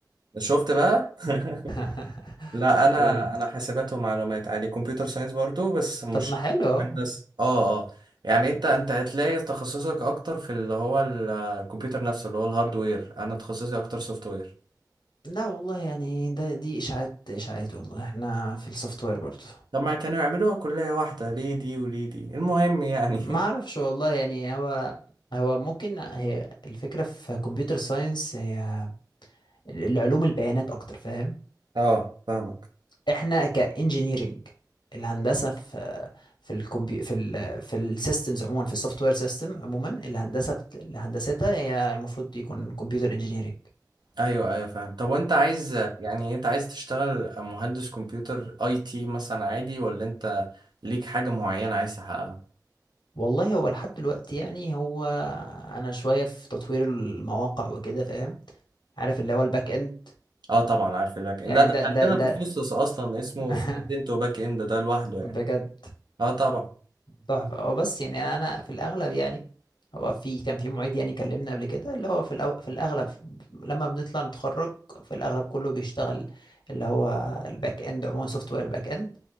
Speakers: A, on the right; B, on the left.
A: شفت بقى <laughs>
B: <laughs>
A: لا انا
B: قول
A: انا حاسبات ومعلومات عادي كمبيوتر ساينس برضو بس مش
B: طب ما حلو اهو
A: مهندس اه اه يعني انت انت هتلاقي تخصصك اكتر في اللي هو ال- الكمبيوتر نفسه اللي هو الهاردوير انا تخصصي اكتر سوفت وير
B: لا والله يعني ده دي اشاعات اشاعات والله احنا في السوفت وير برضه
A: لما كانوا يعملوها كلية واحدة ليه دي وليه دي المهم يعني
B: ما اعرفش والله يعني هو هو ممكن هي الفكره في كمبيوتر ساينس هي العلوم البيانات اكتر فاهم
A: <laughs> اه فاهمك
B: احنا كانجينيرنج الهندسه في في الكمبيو في ال في السيستمز عموما في السوفت وير سيستم عموما الهندسه بت- هندستها هي المفروض يكون كمبيوتر انجينيرنج
A: ايوه ايوه فاهم طب وانت عايز يعني انت عايز تشتغل مهندس كمبيوتر اي تي مثلا عادي ولا انت ليك حاجة معينة عايز تحققها
B: والله هو لحد دلوقتي يعني هو انا شويه في تطوير المواقع وكده فاهم عارف اللي هو الباك اند
A: اه طبعا عارف الباك اند
B: يعني
A: لا ده
B: ده
A: عندنا
B: ده ده
A: تخصص اصلا اسمه
B: <laughs>
A: فرونت اند وباك اند ده لوحده يعني
B: بجد
A: اه طبعا
B: تحفة هو بس يعني أنا في الأغلب يعني هو في كان في معيد يعني كلمنا قبل كده اللي هو في الأو... في الأغلب لما بنطلع نتخرج في الأغلب كله بيشتغل اللي هو الباك إند عموما سوفت وير باك إند